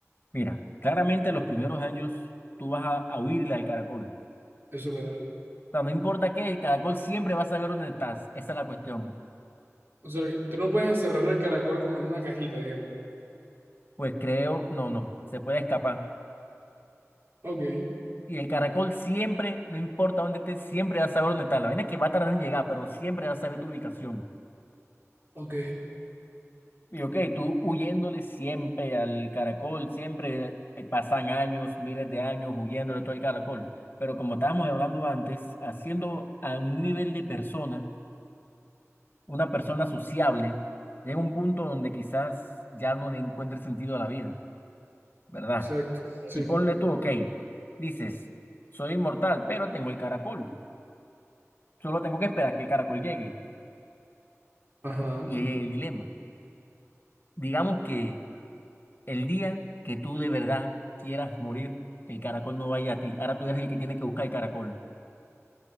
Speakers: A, on the left; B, on the right.
A: mira, claramente los primeros años tú vas a, a huirle al caracol.
B: eso es verdad.
A: O sea, no importa qué, el caracol siempre va a saber dónde estás. Esa es la cuestión.
B: O sea, tú no puedes encerrar al caracol como en una cajita, digamos.
A: Pues creo, no, no, se puede escapar.
B: Ok,
A: Y el caracol siempre, no importa dónde estés, siempre va a saber dónde estás. La vaina es que va a tardar en llegar, pero siempre va a saber tu ubicación.
B: ok,
A: Y ok, tú huyéndole siempre al caracol, siempre eh, pasan años, miles de años huyéndole todo el caracol. Pero como estábamos hablando antes, haciendo a un nivel de persona, una persona sociable, llega un punto donde quizás ya no le encuentre sentido a la vida, ¿verdad?
B: exacto, sí,
A: Y ponle tú, ok, dices, soy inmortal, pero tengo el caracol. Solo tengo que esperar que el caracol llegue.
B: ajá.
A: Y ahí hay el dilema. Digamos que el día que tú de verdad quieras morir, el caracol no vaya a ti. Ahora tú eres el que tiene que buscar el caracol.